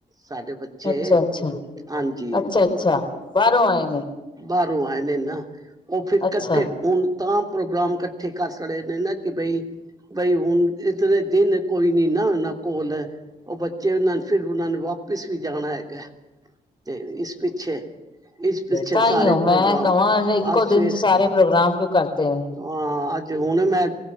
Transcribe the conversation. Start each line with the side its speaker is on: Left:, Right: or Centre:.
Right: ਸਾਡੇ ਬੱਚੇ
Left: ਅੱਛਾ ਅੱਛਾ
Right: ਹਾਂਜੀ।
Left: ਅੱਛਾ ਅੱਛਾ ਬਾਰੋਂ ਆਏ ਨੇ।
Right: ਬਾਰੋਂ ਆਏ ਨੇ ਨਾ। ਓ ਫਿਰ
Left: ਅੱਛਾ
Right: ਕੱਠੇ ਹੁਨ ਤਾਂ ਪ੍ਰੋਗਰਾਮ ਕੱਠੇ ਕਰ ਸੜੇ ਨੇ ਨਾ ਕੇ ਬਈ ਬਈ ਹੁਨ ਏਥੇ ਤੇ ਦਿਨ ਕੋਈ ਨੀ ਨਾ ਓਨਾਂ ਕੋਲ ਓ ਬੱਚੇ ਨਾਲ ਫਿਰ ਉਨਾਂ ਨੇ ਵਾਪ ਪਿਸ ਵੀ ਜਾਨਾ ਹੈਗਾ, ਤੇ ਇਸ ਪਿੱਛੇ ਇਸ ਪਿੱਛੇ
Left: ਤਾਂਈਓ
Right: ਸਾਰੇ
Left: ਮੈਂ
Right: ਪ੍ਰੋਗਰਾਮ
Left: ਕਵਾ ਏਨੇ ਇੱਕੋ
Right: ਅੱਜ ਫਿਰ
Left: ਦਿਨ ਚ ਸਾਰੇ ਪ੍ਰੋਗਰਾਮ ਕਿਓਂ ਕਰਤੇ ਨੇ।
Right: ਹਾਂ ਅੱਜ ਹੁਨ ਮੈਂ